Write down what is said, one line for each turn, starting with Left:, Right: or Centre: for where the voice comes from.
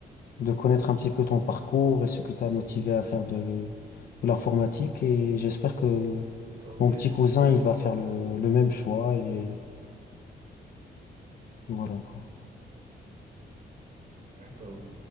Left: de connaître un petit peu ton parcours et ce qui t'a motivé à faire de, de l'informatique. Et j'espère que
Right: D'accord,
Left: mon
Right: merci.
Left: petit cousin, il va faire le, le même choix et voilà, quoi.
Right: D'accord.